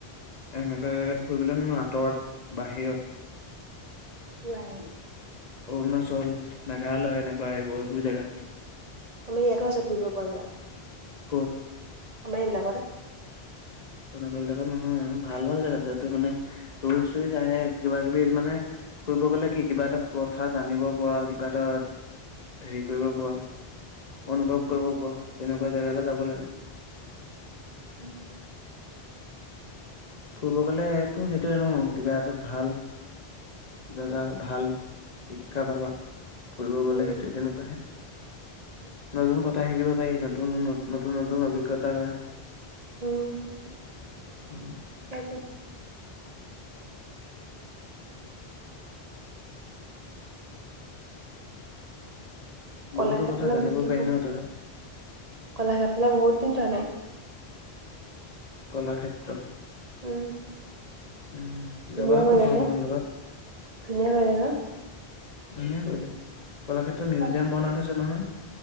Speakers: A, on the left; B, on the right.
A: এনেকুৱা জেগাত ফুৰিবলৈ নহয়, আঁতৰত, বাহিৰত। <unintelligible>
B: হোৱাই <unintelligible>
A: অৰুণাচল, মেঘালয় এনেকুৱা এইবোৰ-এইবোৰ জেগাত। <unintelligible>
B: আমি এইয়াতো আছে ফুৰিব পৰা জেগা। <unintelligible>
A: ক'ত?
B: আমাৰ সেইবিলাকতে <unintelligible>
A: তেনেকুৱা বিলাকত নহয় ভাল-ভাল জেগাত যা। য'ত মানে টুৰিষ্ট-চুৰিষ্ট আহে কিবাকিবি মানে <unintelligible> ফুৰিব গলে কি কিবা এটা কথা জানিব পৰা, কিবা এটা হেৰি কৰিব পৰা <unintelligible> অনুভৱ কৰিব পৰা তেনেকুৱা জেগালৈ যাব লাগে। <inaudible>
B: উম <unintelligible>
A: ফুৰিব গ'লেতো সেইটোৱেই ন কিবা এটাত ভাল <unintelligible> জেগা ভাল, শিক্ষা পাবা। <unintelligible> ফুৰিব গলে
B: উম,
A: সেইটোহে তেনেকুৱাহে নতুন কথা <unintelligible> <unintelligible> কথা শিকিব পাৰি নতুন-নতুন-নতুন অভিজ্ঞতা হয়।
B: উম! <unintelligible>
A: উম <unintelligible>
B: সেইটো <inaudible> কলাক্ষেত্ৰলৈ
A: বহুতো কথা জানিব
B: বহুত
A: পাৰি
B: দিন
A: ন তাৰ
B: <inaudible> কলাক্ষেত্ৰলৈ বহুত দিন যোৱা নাই। <unintelligible>
A: কলাক্ষেত্ৰ? <unintelligible>
B: উম! <inaudible>
A: উম! যাবা
B: ধুনীয়া
A: আকৌ
B: কৰিলে
A: ভ্ৰমণৰ
B: ন
A: লগত।
B: ধুনীয়া কৰিলে ন?
A: <unintelligible> ধুনীয়া কৰিলে। কলাক্ষেত্ৰত মিউজিয়াম
B: অ
A: বনাই থৈছে নহয়?